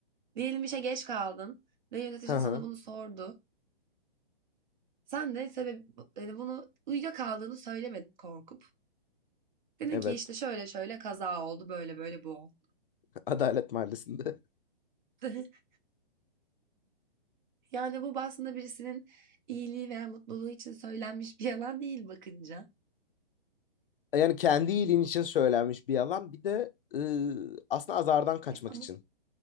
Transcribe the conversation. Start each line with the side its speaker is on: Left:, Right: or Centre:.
Right: Diyelim işe geç kaldın ve yöneticin
Left: Hı hı.
Right: sana bunu sordu. Sen de sebep yani bunu uyuyakaldığını söylemedin korkup. Dedin
Left: Evet.
Right: ki işte şöyle şöyle kaza oldu böyle böyle bu oldu.
Left: <laughs> Adalet Mahallesi'nde.
Right: <laughs> Yani bu aslında birisinin iyiliği veya mutluluğu için söylenmiş bir yalan değil bakınca.
Left: Yani kendi iyiliğin için söylenmiş bir yalan. Bir de ıı, aslında azardan kaçmak
Right: E, ama
Left: için